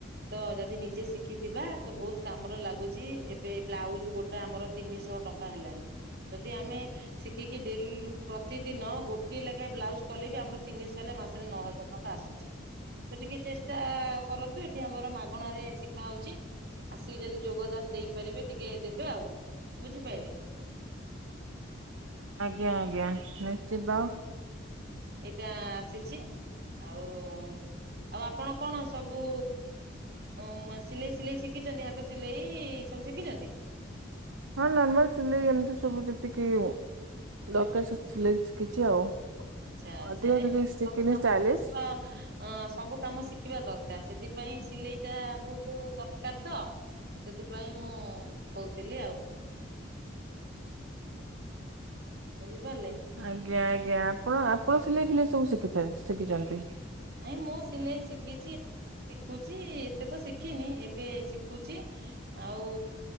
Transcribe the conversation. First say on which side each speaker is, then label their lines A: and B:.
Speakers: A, on the right; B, on the right.
A: ତ ଯଦି ନିଜେ ସି ଶିଖିଥିବା ତ ବହୁତ୍ କାମରେ ଲାଗୁଚି ଏବେ ବ୍ଲାଉଜ୍ ଗୋଟେ ଆମର ତିନିଶ ଟଙ୍କା ହେଲାଣି। ଯଦି ଆମେ ଶିଖିକି ଦିନ୍ -ପ୍ରତିଦିନ ଗୋଟିଏ ଲେଖାଏଁ ବ୍ଲାଉଜ କଲେ ବି ଆମର ତିିନିଶ ହଲେ ମାସ୍ <unintelligible> ନଅ ହଜାର ଟଙ୍କା ଆସୁଚି ତ ଟିକେ ଚେଷ୍ଟା କରନ୍ତୁ ଏଠି ଆମର ମାଗଣାରେ ‌ଶିକ୍ ଶିକା ହଉଚି ଆସିକି ଯଦି ଯୋଗଦାନ ଦେଇପାରିବେ ଟିକେ ଦେବେ ଆଉ ବୁଝିପାଇଲେ।
B: ଆଜ୍ଞା ଆଜ୍ଞା ନିଶ୍ଚିତ
A: <inaudible> ଏଟା ଆସିଚି। ଆଉ -ଆଉ ଆପଣ କଣ ସବୁ ଉଁ- ସିଲେଇ -ସିଲେଇ ଶିକିଚନ୍ତି ହାତ ସିଲେଇ ସବୁ ଶିକିଚନ୍ତି?
B: ହଁ ନର୍ମାଲ୍ ସିଲେଇ ଏମିତି ସବୁ ଯେତିକି ଉଁ- ଦରକାର୍ ସ-ସିଲେଇ ଶିକିଚି ଆଉ।
A: ଆଚ୍ଛା- ଆଚ୍ଛା
B: ଅଧିକ
A: ଏଇ
B: କିଛି
A: ସବୁ
B: ଶିଖିନି
A: କାମ
B: ଷ୍ଟାଇଲିସ୍।
A: ଅଁ- ସବୁ କାମ ଶିଖିବା ଦରକାର୍ ସେଥିପାଇଁ ସିଲେଇ ଟା ବହୁତୁ ଦରକାର୍ ତ। ସେଥିପାଇଁ ମୁଁ କହୁଥିଲି ଆଉ। ବୁଝିପାରିଲେ।
B: ଆଜ୍ଞା- ଆଜ୍ଞା ଆପଣ- ଆପଣ ସିଲେଇ ଫିଲେଇ ସବୁ ଶିକିଚନ୍ତି-ଶିକିଚନ୍ତି?
A: ନାଇଁ ମୁଁ ସିଲେଇ ଶିକିଚି ଶିଖୁଚି ଏତେ ତ ଶିଖିନି ଏବେ ଶିଖୁଚି ଆଉ